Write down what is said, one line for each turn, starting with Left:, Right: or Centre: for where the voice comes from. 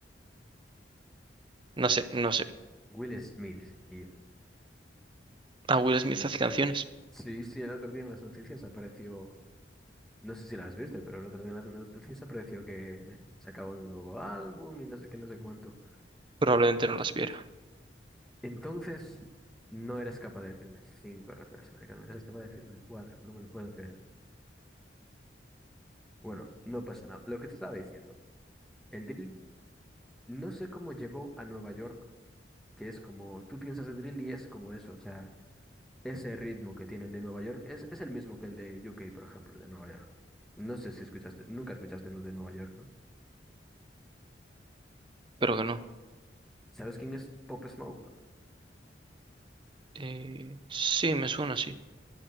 Right: no sé, no sé.
Centre: Will Smith, tío.
Right: A Will Smith hace canciones.
Centre: Sí, sí, el otro día en las noticias apareció. No sé si las viste, pero el otro día en las noticias apareció que sacaba un nuevo álbum y no sé qué, no sé cuánto.
Right: Probablemente no las viera.
Centre: Entonces, no eres capaz de decirme cinco raperos americanos, eres capaz de decirme cuatro, no me lo puedo creer. Bueno, no pasa nada. Lo que te estaba diciendo, el drill, no sé cómo llegó a Nueva York, que es como, tú piensas en drill y es como eso, o sea, Ese ritmo que tiene el de Nueva York es, es el mismo que el de U K por ejemplo, de Nueva York. No sé si escuchaste, nunca escuchaste uno de Nueva York, ¿no?
Right: Pero que no.
Centre: ¿Sabes quién es Pop Smoke?
Right: Eh, sí, me suena sí.